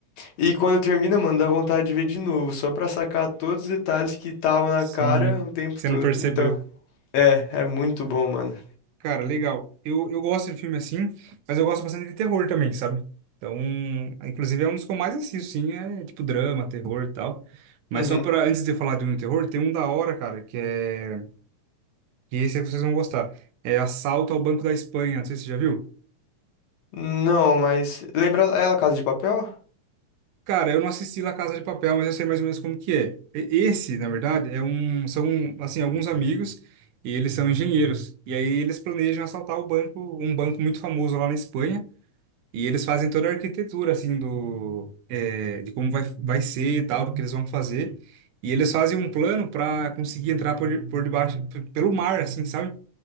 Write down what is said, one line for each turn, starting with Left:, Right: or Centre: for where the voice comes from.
Left: E quando termina, mano, dá vontade de ver de novo, só pra sacar todos os detalhes que estavam na
Right: Sim,
Left: cara o tempo
Right: você
Left: todo.
Right: não percebeu.
Left: Então, é, é muito bom, mano.
Right: Cara, legal. Eu, eu gosto de filme assim, mas eu gosto bastante de terror também, sabe? Então, inclusive é um dos que eu mais assisto, sim, é tipo drama, terror e tal. Mas
Left: Uhum.
Right: só para antes de eu falar de um terror, tem um da hora, cara, que é E esse aí vocês vão gostar. É Assalto ao Banco da Espanha, não sei se você já viu.
Left: Não, mas. Lembra ela, Casa de Papel?
Right: Cara, eu não assisti La Casa de Papel, mas eu sei mais ou menos como que é. E- Esse, na verdade, é um, são assim, alguns amigos e eles são engenheiros. E aí eles planejam assaltar o banco, um banco muito famoso lá na Espanha. E eles fazem toda a arquitetura assim do é, de como vai, vai ser e tal, do que eles vão fazer. E eles fazem um plano para conseguir entrar por, por debaixo, p- pelo mar, assim, sabe?